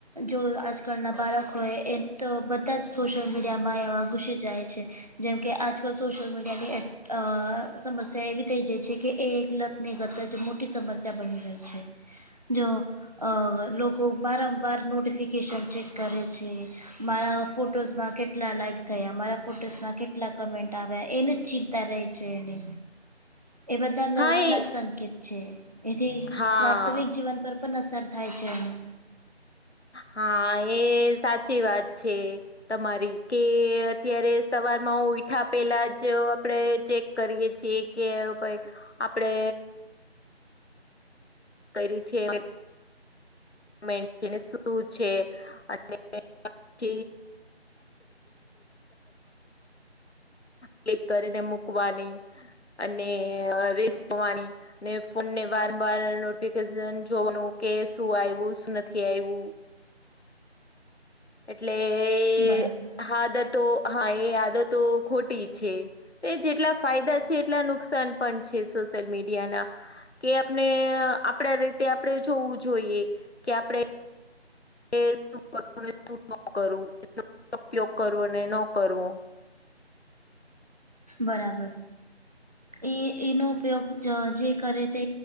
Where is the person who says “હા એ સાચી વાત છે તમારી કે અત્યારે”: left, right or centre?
Left